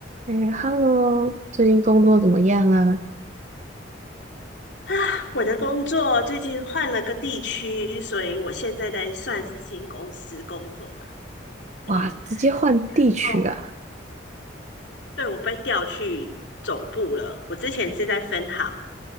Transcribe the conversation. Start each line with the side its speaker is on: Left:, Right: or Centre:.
Right: 哎，Hello，最近工作怎么样啊？
Left: 啊，我的工作最近换了个地区，所以我现在在算是新公司工作吧。
Right: 哇，
Left: 嗯，
Right: 直接换地区啊！
Left: 然后对，我被调去总部了。我之前是在分行，